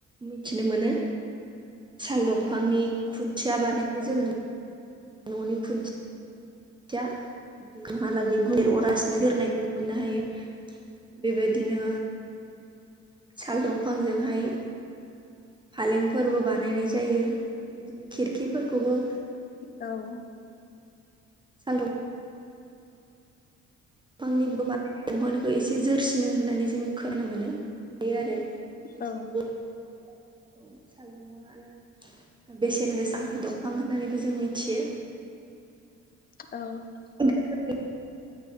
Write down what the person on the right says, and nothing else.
मिथिनो मोनो साल दंफांनि खुन्थिया बानायनो जोङो न'नि खुन्थि खुन्थिया गोबावहालागै <unintelligible> गुनिर
अरा जोरनायखौ मोननो हायो बेबायदिनो साल दंफांजोंहाय फालेंफोरबो बानायनाय जायो बिदिनो खिरखिफोरखौबो
<inaudible> साल दंफां बिफांनिबो बारा <unintelligible> दंफांनिखौ एसे जोरसिनो होननानै जों खोनानो मोनो हायो आरो। <unintelligible>
<inaudible> साल दंफांआ बेसेन गोसा दंफां होननानैबो जों मिथियो
<unintelligible>